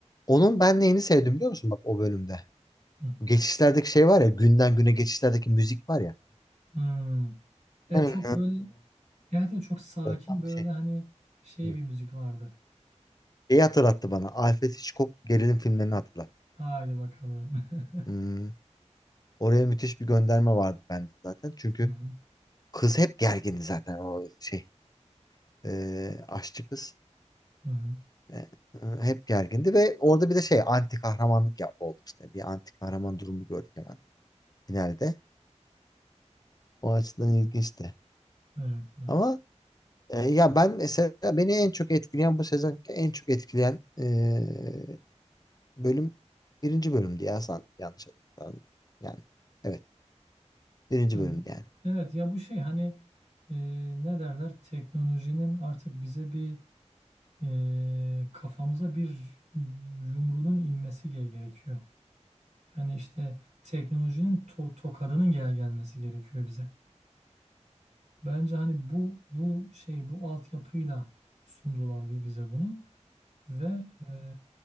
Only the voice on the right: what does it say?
Hı.
Hmm. Evet
çok böyle evet, evet çok sakin
böyle
hani şey
bir müzik vardı.
Haydi bakalım. <laughs>
Hı hı.
Hı hı.
Evet. evet.
Ya,
evet ya bu şey hani e, ne derler teknolojinin artık bize bir e, kafamıza bir yumruğunun inmesi ge- gerekiyor. Yani işte teknolojinin to- tokadının gel gelmesi gerekiyor bize. Bence hani bu bu şey bu altyapıyla sundular bi- bize bunu ve e,